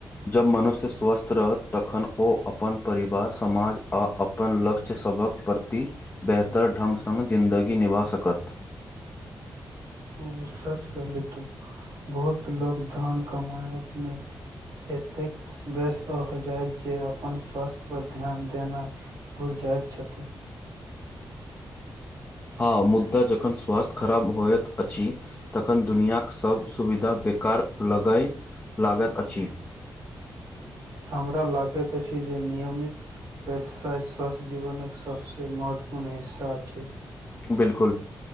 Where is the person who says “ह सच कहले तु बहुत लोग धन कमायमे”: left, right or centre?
Right